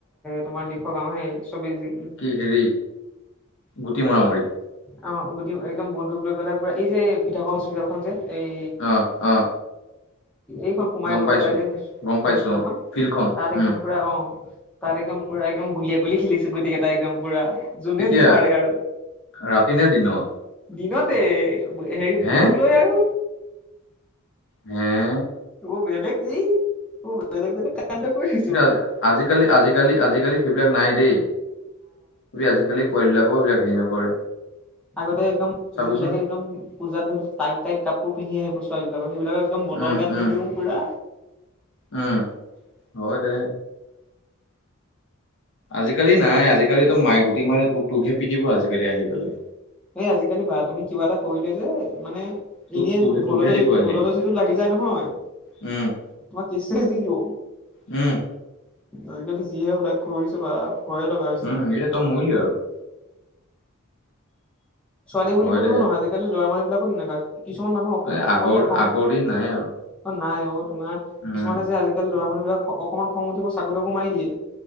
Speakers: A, in the centre; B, on the left (about 60°).
A: তোমাৰ লিখ গাঁওহে চবেই যি
B: কি হেৰি গুটি মৰা মৰি
A: অ গুদি একদম বন্ধুক লৈ পেলাই পুৰা এই যে পিঠাক হস্পিতালখন যে এই
B: আহ আহ
A: এইখন সোমাই
B: গম
A: গৈ
B: পাইছো।
A: পেলাই যে
B: গম পাইছো
A: হস্পিতালখন
B: অ ফিল্ডখন
A: তাত একদম
B: উম
A: পুৰা অ তাত একদম পুৰা একদম গুলিয়া গুলী খেলিছোঁ গোটেইকেইটা একদম পুৰা যোনে
B: এতিয়া
A: যি মাৰে আৰু
B: ৰাতি নে দিনত?
A: দিনতে হেৰি
B: হে
A: বন্ধুক লৈ আৰু
B: উম
A: ত বেলেগ কি ত বেলেগ বেলেগ কান্দ কৰি থৈছো
B: কিন্তু
A: আমি।
B: আজিকালি আজিকালি আজিকালি সেইবিলাক নাই দেই আজিকালি পোৱালিবিলাকও এইবিলাক হেৰি নকৰে
A: আগতে একদম
B: চাবিচোন
A: যোনবিলাকে একদম পূজাত ধৰিলেও টাইট টাইট কাপোৰ পিন্ধি আহিব ছোৱালী বিলাকৰ সেইবিলাকৰ একদম বটল
B: উম
A: গান
B: উম
A: দি দিওঁ পূৰা
B: উম হয় দে আজিকালি নাই আজিকালিতো মাইে গুটি মানে তো তোকহে পিটিব আজিকালি আহি পেলাই।
A: এই আজিকালি বা তুমি কিবা এটা কৰিলে যে মানে
B: তো
A: এনেই
B: তোহে
A: ভুলতে
B: তোকহে দিব আহি
A: ভুলতে যদি লাগি যায় নহয়
B: উম,
A: তোমাক কেছ চেছ দি দিব।
B: উম,
A: আজিকালি যিহে লক্ষ্য কৰিছে বা ভয়ে লগা হৈছে।
B: উম, এতিয়া তই মৰিলি আৰু
A: ছোৱালী বুলি
B: হয়
A: বলেও
B: দে
A: নহয় আজিকালি ল'ৰা মানুহ বিলাকো তেনেকা কিছুমান মানুহ অক
B: এই
A: অকণমানতে
B: আগৰ
A: খং
B: আগৰ দিন নাই আৰু
A: অ' নাই অ' তোমাৰ
B: উম।
A: কিছুমানে যে আজিকালি লৰা মানুহ বিলাক অকনমান খং উঠিব চাকু তাকু মাৰি দিয়ে।